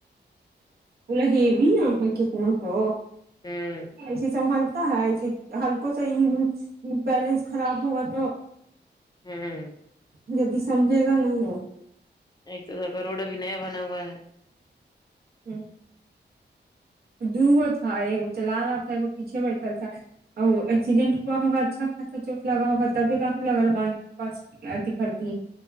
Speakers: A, on the left (about 20°); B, on the right (about 55°).
A: ج <inaudible>
B: <unintelligible>
A: ہوں
B: ایسے سنبھلتا ہے ایسی ہمکو سا ہی بیلنس خراب ہوگا تو
A: ہمم
B: جلدی سمجھیگا نہیں وہ
A: ایک تو ادھر کا روڈ ابھی نیا بنا ہوا ہے
B: ہمم دو گو تھا ایک چلا رہا تھا ایک پیچھے بیٹھا تھا ا ایکسیڈنٹ ہوا ہوگا اچھا خاصہ چوٹ لگا ہوگا تب <unintelligible> بس اتی بھرتی